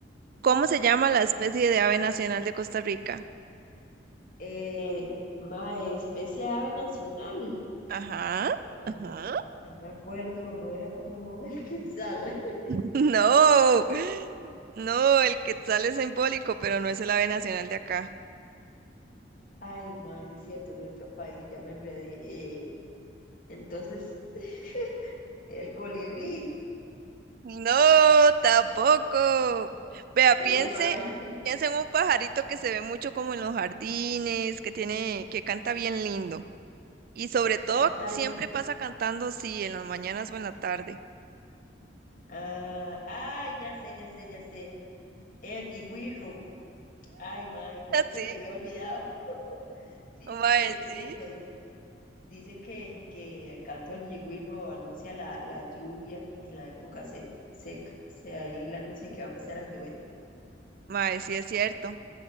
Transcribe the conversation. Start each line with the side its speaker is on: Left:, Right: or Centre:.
Right: ¿Cómo se llama la especie de ave nacional de Costa Rica?
Left: Eh, mae, especie de ave nacional.
Right: Ajá,
Left: Mae,
Right: ajá.
Left: no me acuerdo, no era como el quetzal. <laughs>
Right: <laughs> No, no, el quetzal es simbólico, pero no es el ave nacional de acá.
Left: Ay, mae, sí es cierto, de otro país, ya me enredé. Eh, entonces, <laughs> el colibrí,
Right: No, tampoco. Vea, piense,
Left: <laughs> mae,
Right: piense en un pajarito que se ve mucho como en los jardines, que tiene, que canta bien lindo. Y sobre todo,
Left: canta
Right: siempre
Left: lindo.
Right: pasa cantando, sí, en las mañanas o en la tarde.
Left: Ah, ay, ya sé, ya sé, ya sé. El jiguirro. Ay, mae, cómo
Right: <laughs>
Left: se
Right: Sí,
Left: me había olvidado. <laughs> Sí, sí,
Right: mae,
Left: es
Right: sí.
Left: cierto, Dicen que, que el canto del yigüiro anuncia la, la lluvia en la época se- seca. O sea, él anuncia que va a empezar a llover.
Right: Mae, sí es cierto.